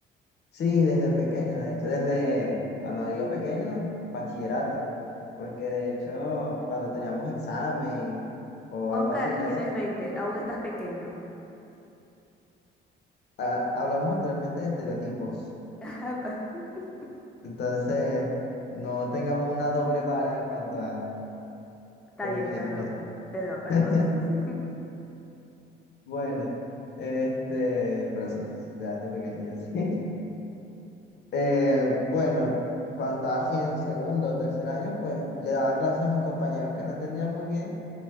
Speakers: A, on the left; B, in the centre.
A: Sí, desde pequeño, de hecho, desde, cuando digo pequeño, bachillerato, porque de hecho cuando teníamos examen o
B: Oscar,
A: algo así, ya
B: tienes
A: se,
B: veinte aún estás pequeño.
A: ah, hablamos anteriormente de estereotipos,
B: <laughs>
A: entonces no tengamos una doble vara en cuanto a
B: Está
A: ¿Cómo
B: bien,
A: medimos
B: perdón.
A: esto?
B: Perdón, perdón.
A: <laughs>
B: <laughs>
A: Bueno, este, pero sí, ya estoy pequeño, yo <laughs> sí. Eh, bueno, cuando estaba así en segundo o tercer año, pues le daba clases a mis compañeros que no entendían muy bien